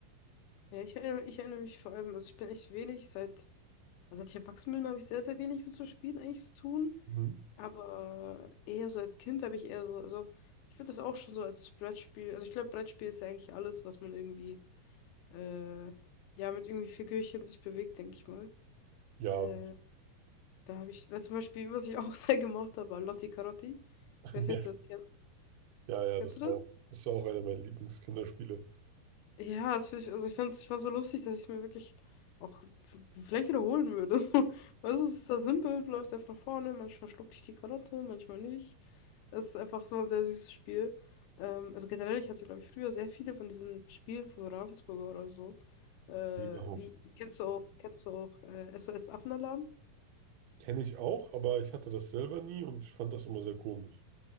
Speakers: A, on the left; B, on the right.
A: Ja, ich erinnere, ich erinnere mich vor allem, also ich bin echt wenig seit Also als ich erwachsen bin, habe ich sehr, sehr wenig mit so Spielen eigentlich zu tun.
B: Mhm.
A: Aber eher so als Kind habe ich eher so, also ich finde das auch schon so als Brettspiel, also ich glaube, Brettspiel ist ja eigentlich alles, was man irgendwie, äh, ja, mit irgendwie Figürchen sich bewegt, denke ich mal.
B: Ja,
A: Äh, da habe ich, weil zum Beispiel, was ich auch <laughs> sehr gemocht habe, war Lotti Carotti.
B: <laughs>
A: Ich weiß
B: ja,
A: nicht, ob du das kennst.
B: ja,
A: Kennst
B: das
A: du das?
B: war, auch- das war auch einer meiner Lieblingskinderspiele.
A: Ja, das find ich, also ich fand's, ich fand's so lustig, dass ich es mir wirklich auch f- vielleicht wiederholen würde. <laughs> So, weißt du, es ist so simpel, du läufst einfach nach vorne, manchmal schluckt dich die Karotte, manchmal nicht. Es ist einfach so ein sehr süßes Spiel. Ähm, also generell, ich hatte, glaube ich, früher sehr viele von diesen Spielen von so Ravensburger oder so. Äh,
B: Prima
A: wie, kennst du auch, kennst du auch äh, S O S Affenalarm?
B: Kenne ich auch, aber ich hatte das selber nie und ich fand das immer sehr komisch.